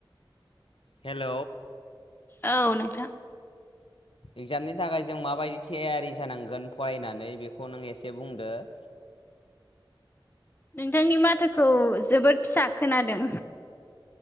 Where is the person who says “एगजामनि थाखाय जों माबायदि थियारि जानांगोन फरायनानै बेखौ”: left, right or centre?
Left